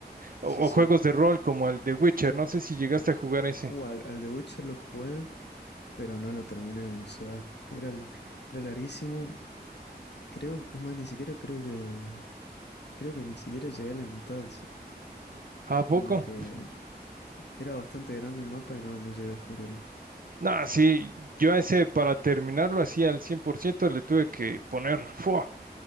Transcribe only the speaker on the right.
o
o juegos de rol como el de Witcher. No sé si llegaste a jugar ese.
¿A poco?
No, sí, yo a ese para terminarlo así al 100% le tuve que poner ¡fua!